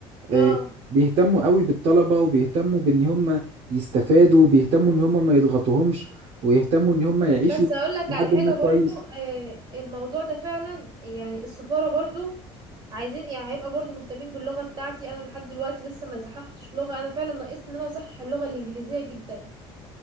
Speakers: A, on the right (about 55°); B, on the right (about 40°).
A: آه
B: اه
A: بيهتموا قوي بالطلبة وبيهتموا بان هم يستفادوا وبيهتموا ان هم ما يضغطوهمش ويهتموا ان هم يعيشوا
B: بس هقول لك
A: لحد
B: على حاجة
A: ما كويس
B: برضو آه الموضوع ده فعلا يعني السفارة برضو عايزين يعني هيبقى برضو مهتمين باللغة بتاعتي انا لحد دلوقتي لسه ما صححتش لغة انا فعلا ناقصني ان انا اصحح اللغة الانجليزية جدا